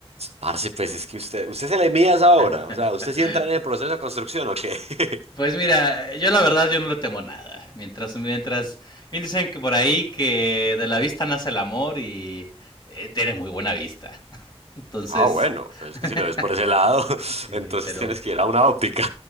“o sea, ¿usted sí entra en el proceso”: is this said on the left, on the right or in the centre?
Right